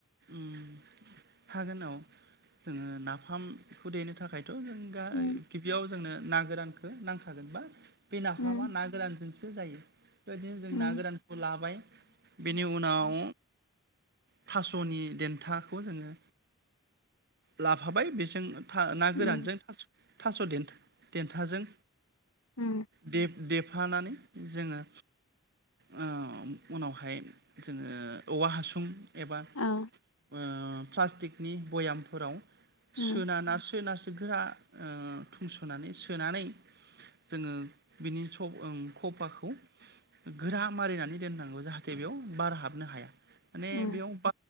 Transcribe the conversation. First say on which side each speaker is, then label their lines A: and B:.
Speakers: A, on the right; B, on the left.
A: उम हागोना औ नोङो नाफामखौ देनो थाखाय थ' जों दा
B: उम
A: गिबियाव जोंनो ना गोरानखौ नांखागोन बा बे नाफामा
B: उम
A: ना गोरानजोंसो जायो बेबायदिनो जों
B: उम
A: ना गोरानखौ लाबाय बेनि उनाव था- स'नि देन्थाखौ जोङो लाफाबाय बेजों था ना
B: उम
A: गोरानजों थास 'थास' देनथा देन्थाजों
B: उम
A: देब देफानानै जोङो ओ उनावहाय जोङो औवा हासुं एबा
B: ओ
A: ओ प्लास्टिकनि बयामफोराव
B: उम
A: सोना ना सोना गोरा ओ थुंस'नानै सोनानै जोङो बिनि स ओं खफाखौ गोरा मारिनानै दोननांगौ जाहाथे बेयाव बार हाबनो हाया माने
B: उम
A: बेयाव ब